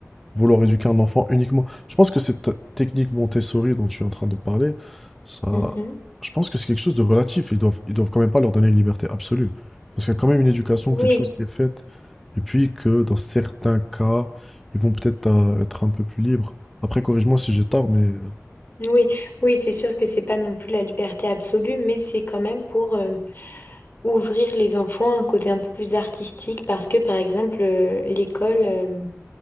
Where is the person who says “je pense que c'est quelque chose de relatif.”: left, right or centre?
Centre